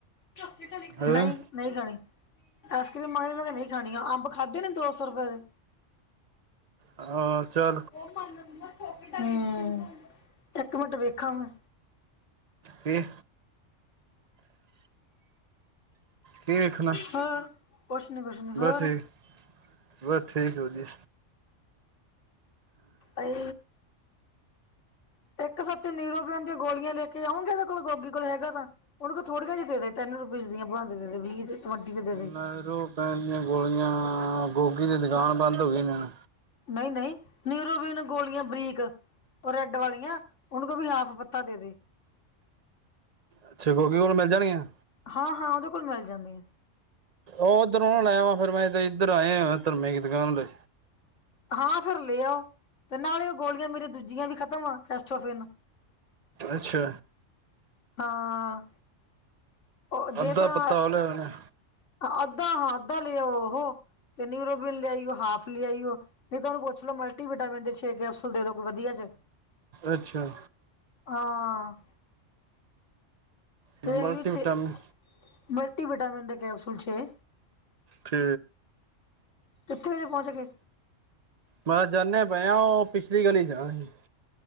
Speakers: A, on the left (about 70°); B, on the right (about 40°).
A: ਚੋਕਲੇਟ ਵਾਲੀ
B: ਹੈਂ
A: ਨਈ ਨਈ ਖਾਣੀ। ਆਈਸਕ੍ਰੀਮ ਮੈਂ ਕਿਹਾ ਨਈ ਖਾਣੀਆਂ ਅੰਬ ਖਾਧੇ ਨੇ ਦੋ ਸੌ ਰੁਪਏ ਦੇ।
B: ਹਾਂ ਅੱਛਾ।
A: ਹੂੰ। ਇੱਕ ਮਿੰਟ ਵੇਖਾਂ ਮੈਂ
B: <inaudible> ਕੀ। ਕੀ ਵੇਖਣਾ।
A: ਹੋਰ ਕੁਛ ਨੀ ਕੁਛ ਨੀ ਹੋਰ।
B: ਬਸ ਠੀਕ ਬਸ ਠੀਕ ਵਧੀਆ
A: ਆਏ। ਇੱਕ ਸੱਚ ਨਿਊਰੋਬੇਨ ਦੀਆਂ ਗੋਲੀਆਂ ਲੈ ਕੇ ਆਉਂਗੇ। ਓਦੇ ਕੋਲੋ ਗੋਗੀ ਕੋਲ ਹੈਗਾ ਤਾਂ। ਓਨੂੰ ਕੈ ਥੋੜੀਆਂ ਜੀ ਦੇਦੇ ਟੈਨ ਰੁਪੀਜ਼ ਦੀਆ ਬਣਾਂਕੇ ਦੇਦੇ ਵੀਹ ਟਵੰਟੀ ਦੇ ਦੇ ਦੇ
B: ਨੇਇਰੋਪੈਨ ਦੀਆਂ ਗੋਲੀਆਂ ਗੋਗੀ ਦੀ ਦੁਕਾਨ ਬੰਦ ਹੋਗੀ ਹੁਣ।
A: ਨਹੀਂ-ਨਹੀਂ ਨਿਊਰੋਬੀਨ ਗੋਲੀਆਂ ਬਰੀਕ। ਓ ਰੈੱਡ ਵਾਲੀਆਂ ਉਨੂੰ ਕਿਹ ਵੀ ਹਾਫ ਪੱਤਾ ਦ-ਦੇ।
B: ਅੱਛਾ, ਗੋਗੀ ਕੋਲੋ ਮਿਲ ਜਾਣਗੀਆਂ।
A: ਹਾਂ-ਹਾਂ ਉਹਦੇ ਕੋਲ ਮਿਲ ਜਾਂਦੀਐ।
B: ਓਧਰੋ ਨਾ ਲੈ ਆਵਾ ਫਿਰ ਮੈ ਐਧਰ ਆਏ ਆਂ ਧਰਮੇ ਦੀ ਦੁਕਾਨ ਤੇ।
A: ਹਾਂ, ਫੇਰ ਲੇ ਆਓ ਤੇ ਨਾਲੇ ਓਗੋਲੀਆਂ ਮੇਰੀਆਂ ਦੂਜੀਆਂ ਵੀ ਖਤਮ ਆ ਕੈਸਟੋਫਿਨ।
B: ਅੱਛਾ
A: ਹਾਂ। ਉਹ ਜੇ
B: ਅੱਧਾ
A: ਤਾਂ
B: ਪਤਾ ਉਹ ਲੈ ਆਣਾ।
A: ਅੱਧਾ ਹਾਂ ਅੱਧਾ ਲੈ ਆਓ ਉਹ ਨਿਊਰੋਬੀਨ ਲੈ ਆਈਓ ਹਾਫ ਲੈ ਆਈਓ। ਨਈ ਤਾ ਓਨੂੰ ਪੁੱਛ ਲਓ। ਮਲਟੀਵਟਾਮਿਨ ਦੇ ਛੇ ਕੈਪਸੂਲ ਦੇਦੋ ਕੋਈ ਵਧੀਆ ਜੇ
B: ਅੱਛਾ।
A: ਹਾਂ।
B: ਮਲਟੀਵਿਟਾਮਿਨ
A: ਵੇਖਲੀ ਛੇ ਮਲਟੀਵਿਟਾਮਨ ਦੇ ਕੈਪਸੂਲ ਛੇ।
B: ਠੀਕ।
A: ਕਿੱਥੇ ਜੇ ਪਹੁੰਚ ਗੇ।
B: ਬਸ ਜਾਨੇ ਪਏ ਆਂ ਓ ਪਿਛਲੀ ਗਲੀ ਚ ਆ ਅਸੀ।